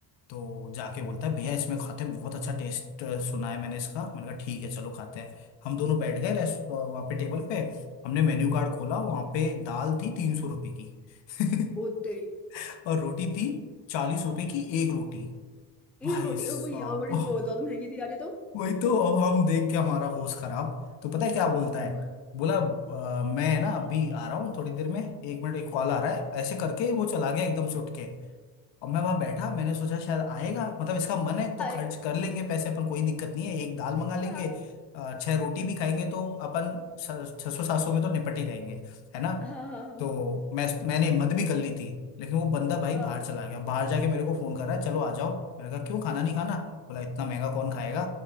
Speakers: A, on the left (about 65°); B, in the centre.
A: तो जाके बोलता है भैया इसमें खाते हैं बहुत अच्छा टेस्ट सुना है मैंने इसका मैंने कहा ठीक है चलो खाते हैं हम दोनों बैठ गए रेस्ट वहाँ पे टेबल पे हमने मेन्यू कार्ड खोला वहाँ पे दाल थी तीन सौ रुपए की <laughs>
B: ओ तेरी
A: और रोटी थी चालीस रुपए की एक रोटी भाई
B: एक रोटी
A: साहब
B: ओ भैया बड़ी बहुत ज्यादा महंगी थी यार ये तो
A: वही तो अब हम देख के हमारा होश खराब तो पता है क्या बोलता
B: हम्म,
A: है बोला "अ, मैं ना अभी आ रहा हूँ थोड़ी देर में एक मिनट एक कॉल आ रहा है ऐसे करके वो चला गया एकदम से उठ के और मैं वहां बैठा मैंने सोचा शायद आएगा मतलब इसका मन है तो
B: आएगा
A: खर्च कर लेंगे पैसे अपन कोई दिक्कत नहीं है एक दाल मंगा लेंगे
B: हाँ
A: अ, छह रोटी भी खाएंगे तो अपन छह सौ सात सौ में तो निपट ही जाएंगे है ना
B: हाँ हाँ हाँ
A: तो
B: हाँ
A: मैं मैंने हिम्मत भी कर ली थी लेकिन वो बंदा भाई
B: हाँ
A: बाहर चला गया बाहर जाके मेरे को फोन कर रहा है चलो आ जाओ मैंने कहा क्यों खाना नहीं खाना बोला इतना महंगा कौन खाएगा